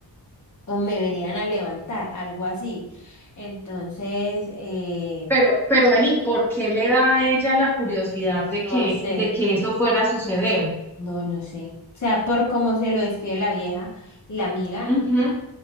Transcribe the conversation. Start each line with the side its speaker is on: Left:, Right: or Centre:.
Left: o me venían a levantar? Algo así. Entonces, eh,
Centre: pero, pero vení, ¿por qué le da a ella la curiosidad de que,
Left: no sé.
Centre: de que eso fuera a suceder?
Left: No, no sé. O sea, por cómo se lo describe la vieja, la amiga,
Centre: Ujú.